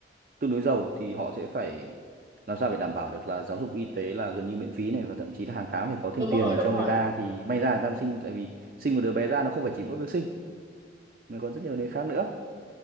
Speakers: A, on the right; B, on the right.
A: tương đối giàu thì họ sẽ phải làm sao phải đảm bảo được là giáo dục y tế là gần như miễn phí này và thậm chí là hàng tháng phải có thêm
B: đúng
A: tiền
B: rồi đúng
A: cho
B: rồi
A: người ta thì may ra người ta mới sinh tại vì sinh một đứa bé ra nó không phải chỉ mỗi việc sinh nó còn rất nhiều nền khác nữa